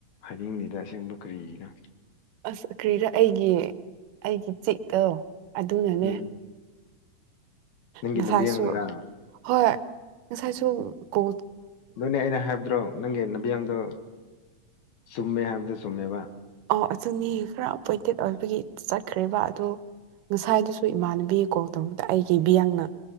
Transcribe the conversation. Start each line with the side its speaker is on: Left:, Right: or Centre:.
Left: ꯍꯥꯏꯗꯤꯡꯂꯤꯗ ꯑꯁꯦꯡꯕ ꯀꯔꯤꯒꯤꯅꯣ
Right: ꯑꯁ ꯀ꯭ꯔꯤꯔ ꯑꯩꯒꯤ ꯑꯩꯒꯤ ꯆꯤꯛꯇꯣ ꯑꯗꯨꯅꯅꯦ
Left: ꯎꯝ ꯅꯪꯒꯤ
Right: ꯉꯁꯥꯏꯁꯨ
Left: ꯅꯕꯤꯌꯥꯡꯅꯔꯥ
Right: ꯍꯣꯏ ꯉꯁꯥꯏꯁꯨ ꯀꯣ
Left: ꯑꯗꯨꯅꯦ ꯑꯩꯅ ꯍꯥꯏꯕꯗ꯭ꯔꯣ ꯅꯪꯒꯤ ꯅꯕꯤꯌꯥꯡꯗꯣ ꯆꯨꯝꯃꯦ ꯍꯥꯏꯕꯗꯨꯣ ꯆꯨꯝꯃꯦꯕ
Right: ꯑꯧ ꯑꯗꯨꯅꯦ ꯈꯔ ꯑꯄꯣꯏꯟꯇꯦꯠ ꯑꯣꯏꯕꯒꯤ ꯆꯠꯈ꯭ꯔꯦꯕ ꯑꯗꯣ ꯉꯁꯥꯏꯗꯨꯁꯨ ꯏꯃꯥꯟꯅꯕꯤ ꯀꯣꯛꯗꯃꯛꯇ ꯑꯩꯒꯤ ꯏꯕꯌꯥꯡꯅ